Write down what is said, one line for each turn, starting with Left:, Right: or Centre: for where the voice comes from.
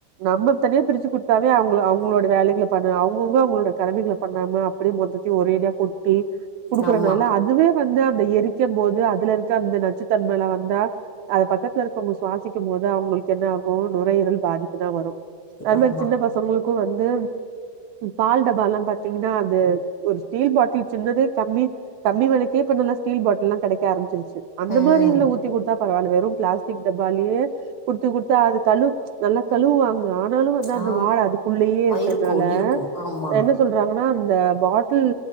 Right: நம்ம தனியா பிரிச்சு குடுத் தாவே அவங்க அவங்களோட வேலைகள பண்ண அவங்கவுங்க அவங்களோட கடமைகள பண்ணாம அப்படியே மொத்தையு ஒரேடியா கொட்டி க்கறனால
Left: ஆமா
Right: அதுவே வந்து அந்த எரிக்கம் போது அதுல இருக்க அந்த நச்சுத்தன்மலா வந் தா அத பக்கத்துல இருக்கவங்க சுவாசிக்கும் போது அவங்களுக்கு என்ன ஆகும் நுரையீரல் பாதிப்பு தா வரும் அதா
Left: ஆமா
Right: சின்ன பசங்களுக்கு வந்து பால்டபால்லாம் பாத்தீங்கன்னா அது ஒரு ஸ்டீல் பாட்டில் சின்னதே கம்மி கம்மி வெலைக்க இப்ப நல்லா ஸ்டீல் பாட்டில்லா கெடைக்க ஆரம்பிச்சிருச்சு அந்த
Left: ம்
Right: மாரி இதுல ஊத்தி குடுத்தா பரவால்ல வெறும் ப்ளாஸ்டிக் டப்பாலியே குடுத்து குடுத்து அது கழுவ் நல்லா கழுவுவாங்க ஆனாலு வந்து அந்த
Left: ஆ
Right: வாட அதுக்குள்ளயே இருக்குறனால
Left: இருக்கு இருக்கு ஆமா
Right: என்ன சொல்றாங்கனா அந் த பாட்டில்